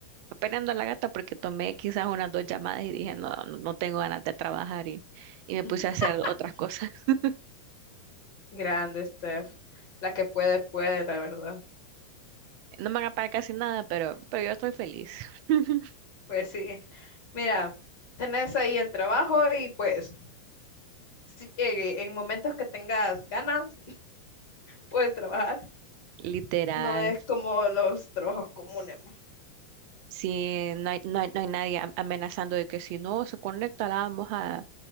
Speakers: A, on the right; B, on the left.
A: peleando a la gata porque tomé quizás unas dos llamadas y dije, no, no, no tengo ganas de trabajar y, y
B: <laughs>
A: me puse a hacer otras cosas. <laughs>
B: Grande, Steph. La que puede, puede, la verdad.
A: No me van a pagar casi nada, pero, pero yo estoy feliz. <laughs>
B: Pues sí. Mira, tenés ahí el trabajo y pues sí, eh, en momentos que tengas ganas, puedes trabajar.
A: Literal.
B: No es como los trabajos comunes.
A: Sí, no hay, no hay, no hay nadie am- amenazando de que si no se conecta la vamos a,